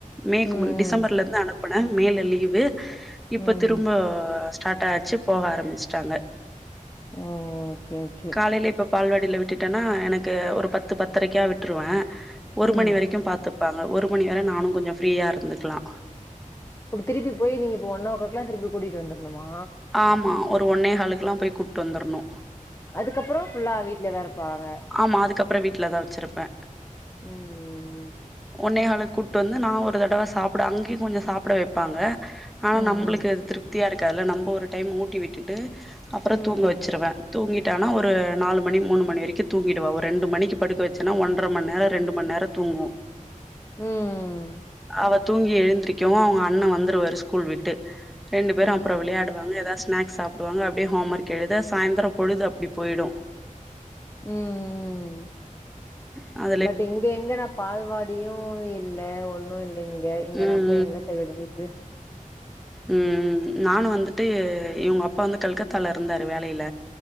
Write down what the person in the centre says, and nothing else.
மேக்கு
மு டிசம்பர்ல இருந்து அனுப்புனே மேல லீவு இப்ப
திரும்ப ஸ்டார்ட் ஆச்சு போக ஆரம்பிச்சுட்டாங்க
காலேல இப்ப பால்வாடில விட்டுட்டேன்னா எனக்கு ஒரு பத்து பத்தரைக்கா விட்டுருவே ஒரு
மணி வரைக்கு பாத்துப்பாங்க ஒரு மணி வர நானு கொஞ்சோ ஃப்ரீயா இருந்துக்கலா
ஆமா ஒரு ஒன்னே காலுக்கெல்லா போய் கூட்டு வந்துர்ணு
ஆமா அதுக்கப்பறோ வீட்ல தா வச்சிருப்பே
ஒன்னேகாலுக்கு கூட்டு வந்து நா ஒரு தடவ சாப்ட அங்கயு கொஞ்சோ சாப்ட வைப்பாங்க ஆனா
நம்பளுக்கு
அது திருப்தியா இருக்காதுல நம்ப ஒரு டைம் ஊட்டி விட்டுட்டு அப்பறோ
தூங்க வச்சிருவே தூங்கிட்டானா ஒரு நாலு மணி மூணு மணி வரைக்கு தூங்கிடுவா ஒரு ரெண்டு மணிக்கு படுக்க வெச்சன்னா ஒன்ற மணிநேரோ ரெண்டு மணிநேரோ தூங்கு
அவ தூங்கி எழுந்திருக்கவு அவங்க அண்ணே வந்துருவாரு ஸ்கூல் விட்டு ரெண்டு பேரும்
அப்புறம் விளையாடு வாங்க ஏதாது ஸ்னாக்ஸ் சா டுவாங்க அப்டியே ஹோம் ஒர்க் எழுத சாயந்தரம் பொழுது அப்டி போயிடும்
அ
ம்
உம் நானும் வந்துட்டு இவங்க அப்பா வந்து கல்கத்தால இருந்தாரு வேலையில